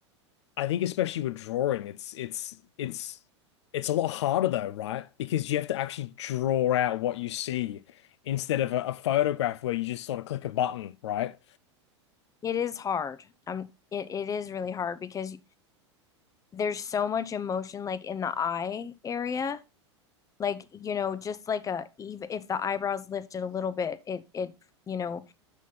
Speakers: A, on the left; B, on the left.
A: I think especially with drawing, it's it's it's it's a lot harder though, right? Because you have to actually draw out what you see instead of a, a photograph where you just sort of click a button, right?
B: It is hard. Um it it is really hard because there's so much emotion like in the eye area. Like, you know, just like a even if the eyebrows lifted a little bit, it it, you know,